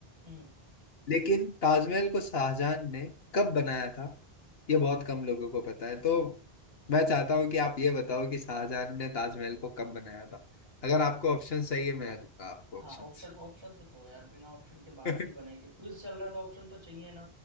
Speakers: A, on the right; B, on the left.
A: हम्म।
B: लेकिन ताजमहल को शाहजहां ने कब बनाया था ये बहुत कम लोगों को पता है तो मैं चाहता हूँ कि आप ये बताओ कि शाहजहां ने ताजमहल को कब बनाया था अगर आपको ऑप्शन चाहिए मैं दूंगा आपको
A: हाँ
B: ऑप्शंस
A: ऑप्शन ऑप्शन तो दो यार बिना ऑप्शन के बात
B: <laughs>
A: नहीं बनेगी क्विज चल रहा है तो ऑप्शन तो चाहिए ना